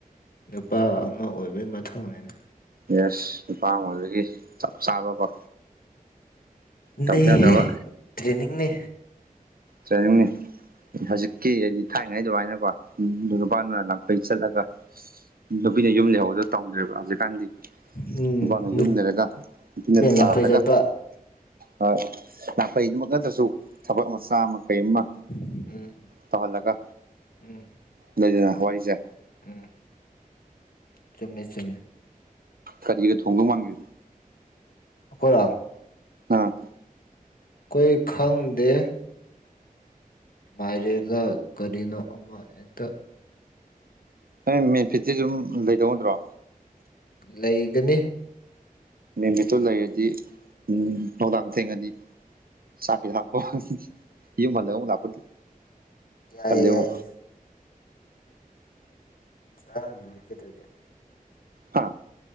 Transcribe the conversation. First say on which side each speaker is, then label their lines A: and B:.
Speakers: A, on the left; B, on the right.
A: ꯅꯨꯄꯥ ꯑꯃ ꯑꯣꯏꯕꯩ ꯃꯊꯧꯅꯤꯅꯦ
B: ꯌꯦꯁ ꯅꯨꯄꯥꯃꯒꯤ ꯆꯞ ꯆꯥꯕꯀꯣ ꯇꯧꯗ
A: ꯅꯍꯦ
B: ꯌꯥꯗ꯭ꯔꯕ
A: ꯇ꯭ꯔꯦꯅꯤꯡꯅꯦ
B: ꯆꯥꯏꯃꯤ ꯍꯧꯖꯤꯛꯀꯤ ꯍꯥꯏꯗꯤ ꯊꯥꯏꯅꯉꯩ ꯑꯗꯨꯃꯥꯏꯅꯀꯣ ꯅꯨꯄꯥꯅꯅ ꯂꯥꯛꯐꯩ ꯆꯠꯂꯒ ꯅꯨꯄꯤꯅ ꯌꯨꯝ ꯂꯩꯍꯧꯗ ꯇꯧꯣ ꯦꯕ ꯍꯧꯖꯤꯛꯀꯥꯟꯗꯤ
A: ꯎꯝ
B: ꯅꯨꯄꯥꯅ
A: ꯅꯨ-
B: ꯌꯨꯝ ꯂꯩꯔꯒ ꯅꯨꯄꯤꯅ ꯊꯥꯜꯂꯒ
A: ꯂꯪꯐꯩ ꯆꯠꯄ
B: ꯍꯣꯏ ꯅꯥꯈꯩꯗꯨꯃꯛ ꯅꯠꯇ꯭ꯔꯁꯨ ꯊꯕꯛ ꯃꯆꯥ ꯑꯃ ꯀꯔꯤꯃ
A: ꯎꯝ
B: ꯇꯧꯍꯜꯂꯒ
A: ꯎꯝ
B: ꯅꯣꯏꯗꯅ ꯋꯥꯔꯤꯁꯦ
A: ꯎꯝ ꯆꯨꯝꯃꯦ ꯆꯨꯝꯃꯦ
B: ꯀꯔꯤꯒ ꯊꯣꯡꯗꯧ ꯃꯥꯟꯒꯦ
A: ꯑꯣꯀ
B: ꯑꯥ
A: ꯀꯣꯏ ꯈꯪꯗꯦ ꯃꯥꯏꯔꯦꯂ ꯀꯔꯤꯅꯣ ꯑꯃ ꯑꯦꯛꯇ
B: ꯅꯣꯏ ꯃꯦꯐꯤꯠꯇꯤ ꯑꯗꯨꯝ ꯂꯩꯗꯧꯗ꯭ꯔꯣ
A: ꯂꯩꯒꯅꯤ
B: ꯃꯦꯟꯃꯤꯠꯇꯨ ꯂꯩꯔꯗꯤ ꯎꯝ ꯅꯨꯡꯗꯥꯡ ꯊꯦꯡꯉꯅꯤ ꯁꯥꯀꯤ ꯊꯞꯄꯣ ꯌꯨꯝꯍꯜꯂ ꯑꯃ ꯂꯥꯛꯄ
A: ꯌꯥꯏꯌꯦ
B: ꯇꯜꯂꯦꯕꯨ
A: ꯌꯥꯏꯌꯦ ꯆꯥꯡ ꯍꯒꯗꯦ
B: ꯍꯥ